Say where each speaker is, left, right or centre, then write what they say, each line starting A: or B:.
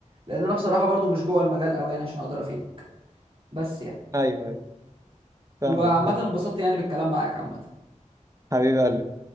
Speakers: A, on the right; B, on the right.
A: لان انا بصراحه برضو مش جوه المجال قوي يعني عشان اقدر افيدك بس يعني
B: ايوه ايوه فاهمك
A: وعامه
B: فاهم
A: انبسطت يعني بالكلام معاك عامه
B: حبيب قلبي